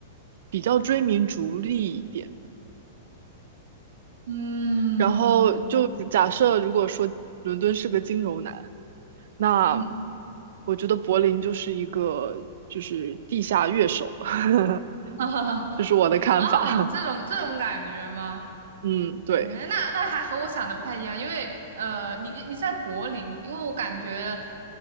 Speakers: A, on the right (about 55°); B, on the right (about 75°).
A: 比较追名逐利一点。
B: 嗯
A: 然后就假设如果说伦敦是个金融男，那
B: 嗯，
A: 我觉得柏林就是一个就是地下乐手，<laughs>
B: <laughs>
A: 这是我的看法。
B: 啊，
A: <laughs>
B: 这种这种感觉吗？
A: 嗯，对，
B: 哎，那那还和我想的不太一样，因为呃，你你在柏林，因为我感觉